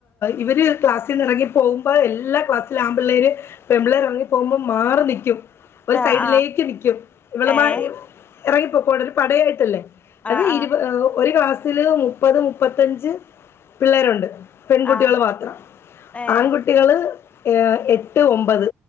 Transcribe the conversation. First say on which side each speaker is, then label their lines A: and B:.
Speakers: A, on the left; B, on the left.
A: ഇവര് ക്ലാസ്സിന്ന് എറങ്ങി പോകുമ്പം എല്ലാ ക്ലാസ്സില ആൺ പിള്ളേര് പെമ്പിളേർ ഇറങ്ങി പോകുമ്പം മാറി നിക്കും ഒരു
B: ആഹ്
A: സൈഡിലേക്ക്
B: ആഹ്
A: നിക്കും ഇവളന്മാര്
B: ഏഹ്
A: എറങ്ങിപ്പൊക്കോടല് ഒരു പടയായിട്ടല്ലേ അത്
B: ആഹ് ആഹ്
A: ഇരുപ ഒരു ക്ലാസ്സില് മുപ്പത് മുപ്പത്തഞ്ച് പിള്ളേരൊണ്ട് പെൺകുട്ടികള്
B: ആഹ്
A: മാത്രം
B: ഏഹ്
A: ആൺകുട്ടികള് ഏ എട്ട് ഒമ്പത്